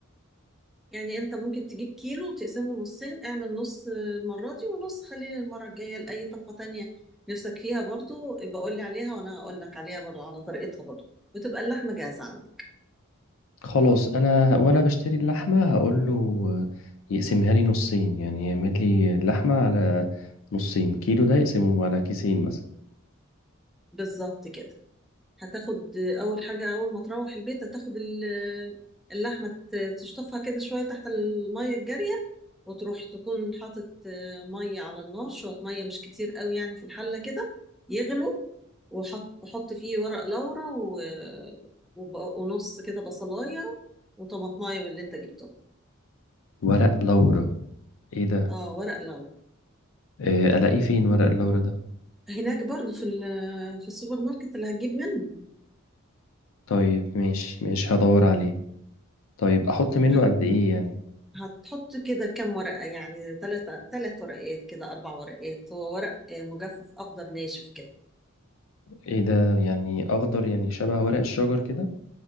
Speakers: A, in the centre; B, on the left.
A: يعني انت ممكن تجيب كيلو وتقسمه نصين اعمل نص آه، المرة دي ونص خليه للمرة الجاية لأي طبقة تانية نفسك فيها برضو يبقى قول لي عليها وانا هقول لك عليها برضو على طريقتها برضو وتبقى اللحمة جاهزة عندك
B: خلاص انا وانا بشتري اللحمه هقول له يقسمها لي نصين يعني يعمل لي اللحمه على نصين كيلو ده يقسمه على كيسين مثلا
A: بالظبط كده هتاخد أول حاجة أول ما تروح البيت هتاخد ال- اللحمة ت- تشطفها كده شوية تحت المية الجارية وتروح تكون حاطط آه، مية على النار شوية مية مش كتير قوي يعني في الحلة كده يغلوا وحط وحط فيه ورق لورا و... وب... ونص كده بصلاية وطماطماية من اللي انت جبته
B: ورق لورا ايه ده
A: اه ورق لورا
B: آه، الاقيه فين ورق اللورا ده
A: هناك برضو في ال... في السوبر ماركت اللي هتجيب منه
B: طيب ماشي ماشي هدور عليه طيب احط
A: اه
B: منه قد ايه يعني
A: هتحط كده كام ورقة يعني ثلاثة ثلاث ورقات كده أربع ورقات هو ورق آه، مجفف أخضر ناشف كده
B: ايه ده يعني اخضر يعني شبه ورق الشجر كده